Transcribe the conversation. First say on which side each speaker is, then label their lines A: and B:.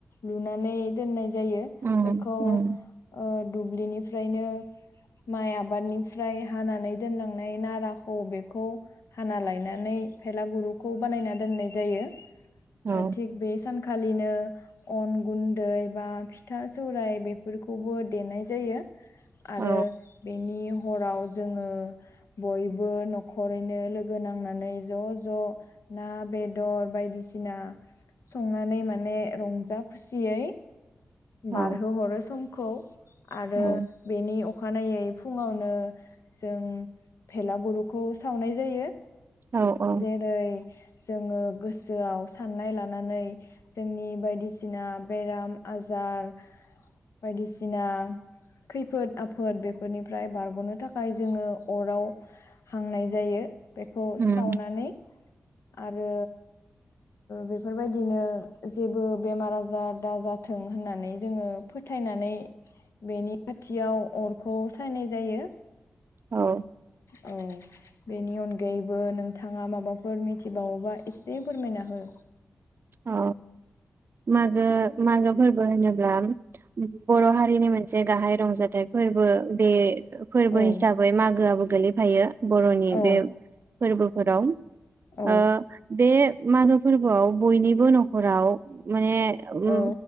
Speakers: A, on the left (about 80°); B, on the right (about 55°).
A: लुनानै दोननाय जायो
B: उम
A: बेखौ
B: उम
A: ओ दुब्लिनिफ्रायनो माइ आबादनिफ्राय हानानै दोनलांनाय नाराखौ बेखौ हाना लायनानै फेला गुरुखौ बानायना दोननाय जायो।
B: औ
A: ओ थिग बे सानखालिनो अन गुन्दै बा फिथा सौराय बेफोरखौबो देनाय जायो। आरो
B: औ
A: बेनि हराव जोङो बयबो नखरैनो लोगो नांनानै ज ज ना बेदर बायदिसिना संनानै माने रंजा खुसियै
B: औ
A: बारहोहरो समखौ आरो
B: औ
A: बेनि अखानायै फुङावनो जों भेलागुरुखौ सावनाय जायो।
B: औ औ
A: जेरै जोङो गोसोआव साननाय लानानै जोंनि बायदिसिना बेराम आजार बायदिसिना खैफोद आफोद बेफोरनिफ्राय बारगनो थाखाय जोङो अराव हांनाय जायो। बेखौ
B: उम
A: सावनानै आ रो बेफोरबायदिनो जेबो बेमार आजार दाजाथों होननानै जोङो फोथायनानै बेनि खाथियाव अरखौ सायनाय जायो।
B: औ
A: औ बेनि अनगायै बो नोंथाङा माबाफोर मिथिबावोबा एसे फोरमायना हो।
B: औ मागो मागो फोरबो होनो ब्ला बर हारिनि मोनसे गाहाय रंजाथाइ फोरबो। बे फोरबो
A: औ
B: हिसाबै मागोआबो गोलैफायो। बरनि
A: औ
B: बे फोरबोफोराव।
A: औ
B: ओ बे मागो फोरबोआव बयनिबो नखराव माने उम
A: औ